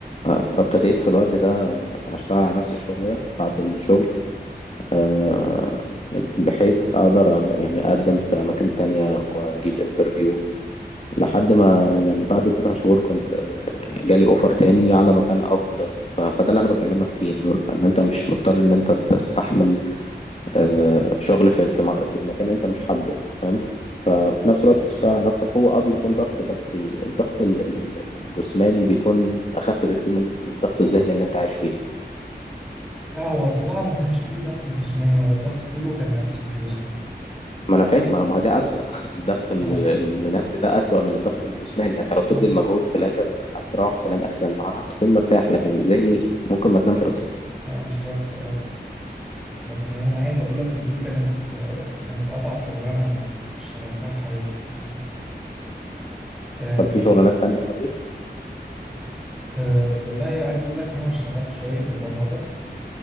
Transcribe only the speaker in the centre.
لا هو الصراحه ما كانش فيه ضغط جسماني هو الضغط كله كان نفسي مش جسماني
اه
اه
اه بالظبط اه بس يعني انا عايز اقول لك دي كانت آه، كانت اصعب شغلانه اشتغلتها في حياتي يعني آه
آه والله عايز أقول لك إن أنا اشتغلت شوية في البرمجة